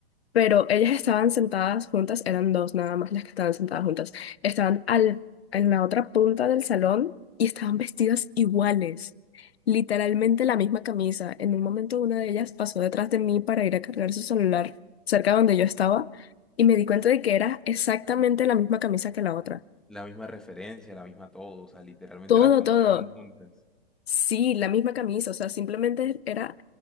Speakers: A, on the left; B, in the centre.
A: pero ellas estaban sentadas juntas, eran dos nada más las que estaban sentadas juntas, estaban al, en la otra punta del salón y estaban vestidas iguales, literalmente la misma camisa. En un momento una de ellas pasó detrás de mí para ir a cargar su celular cerca donde yo estaba y me di cuenta de que era exactamente la misma camisa que la otra.
B: La misma referencia, la misma todo, o sea, literalmente
A: Todo,
B: las compraron
A: todo.
B: juntas.
A: Sí, la misma camisa, o sea, simplemente era